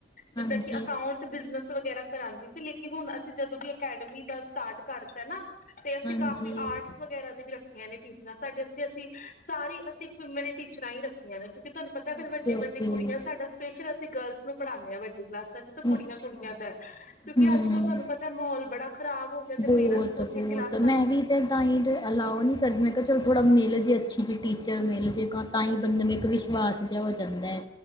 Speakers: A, on the left (about 25°); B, on the left (about 50°).
A: ਹਾਂਜੀ,
B: ਜਿੱਦਾਂ ਕਿ ਅਕਾਊਂਟ ਬਿਜਨਸ ਵਗੈਰਾ, ਕਰਾਦੀ ਸੀ ਲੇਕਿਨ ਹੁਣ ਅਸੀਂ ਜਦੋਂ ਦੀ ਅਕੈਡਮੀ ਦਾ ਸਟਾਰਟ ਕਰਤਾ ਨਾ, ਤੇ ਅਸੀਂ
A: ਹਾਂਜੀ
B: ਕਾਫੀ ਆਰਟਸ ਵਗੈਰਾ ਦੇ ਵੀ ਰੱਖੀਆਂ ਨੇ ਟੀਚਰ ਸਾਡੇ ਉਥੇ ਅਸੀਂ, ਸਾਰੀ ਅਸੀਂ ਫੀਮੇਲ ਟੀਚਰਾਂ ਹੀ ਰੱਖੀਆਂ ਨੇ, ਕਿਉਂਕਿ ਤੁਹਾਨੁੰ ਪਤਾ
A: ਓਕੇ-ਓਕੇ
B: ਫੇਰ ਵੱਡ-ਵੱਡੇ ਕੁੜੀਆਂ ਸਾਡਾ ਸਪੈਸ਼ਲ ਅਸੀ ਗਰਲਸ ਨੂੰ ਪੜਾਨੇ ਆ ਵੱਡੀ, ਕਲਾਸਾਂ ਚ ਤਾਂ ਕੁੜੀਆਂ-ਕੁੜੀਆਂ
A: ਅੱਛਾ
B: ਦਾ ਕਿਉਂਕਿ
A: ਹੂੰ,
B: ਅੱਜ-ਕੱਲ੍ਹ ਤੁਹਾਨੂੰ ਪਤਾ ਮਾਹੌਲ ਬੜਾ ਖ਼ਰਾਬ ਹੋ ਗਿਆ ਤੇ
A: ਬਹੁਤ-ਬਹੁਤ
B: ਪੇਰੈਂਟਸ ਕੋਚਿੰਗ ਕਲਾਸਾਂ
A: ਮੈਂ
B: ਨੂੰ
A: ਵੀ ਤੇ ਤਾਂ ਹੀ ਅਲਾਓ ਨੀ ਕਰਦੀ ਮੈਂ ਕਿਹਾ ਚਲੋ ਥੋੜਾ ਮਿਲ ਜੇ, ਜੇ ਟੀਚਰ ਮਿਲ ਜਾ ਤਾਂ ਹੀ ਬੰਦੇ ਨੂੰ ਇੱਕ ਵਿਸ਼ਵਾਸ ਜਿਹਾ ਹੋ, ਜਾਂਦਾ ਹੈ